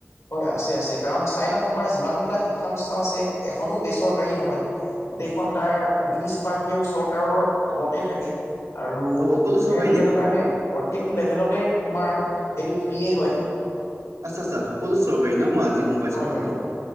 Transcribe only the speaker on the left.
হয় আছে- আছে কাৰণ চাইনাত তোমাৰ যিমান বিলাক শিক্ষানুষ্ঠান আছে এখনো বেচৰকাৰী নহয়। গোটেইখন তাৰ কমিউনিষ্ট পাৰ্টী আৰু চৰকাৰৰ তলতে থাকে। আৰু
সেই -সেইটো
কাৰণে প্ৰত্যেকটো লেভেললে তোমাৰ সেইটো ফ্ৰিয়ে হয়।
হয়
-হয় -হয়